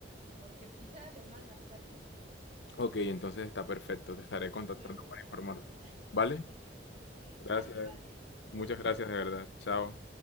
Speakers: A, on the right; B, on the left.
A: porque quizás los mandan hasta aquí.
B: Ok, entonces está perfecto. Te estaré contactando
A: Me gusta.
B: para informarte. ¿Vale?
A: <laughs>
B: Gracias.
A: Vale, vale.
B: Muchas
A: Suerte.
B: gracias de verdad. Chao.